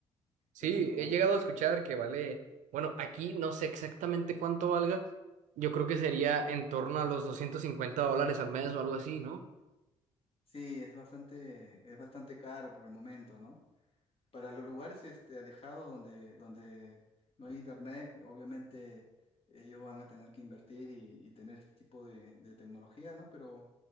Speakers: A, on the right (about 75°); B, on the left (about 50°).
A: Sí,
B: eso es lo
A: he
B: malo.
A: llegado a escuchar que vale. Bueno, aquí no sé exactamente cuánto valga. Yo creo que sería en torno a los 250 dólares al mes o algo así, ¿no?
B: Sí, es bastante, es bastante caro por el momento, ¿no? para los lugares este, alejados donde, donde no hay internet, que obviamente ellos van a tener que invertir y, y tener este tipo de, de tecnología, ¿no? Pero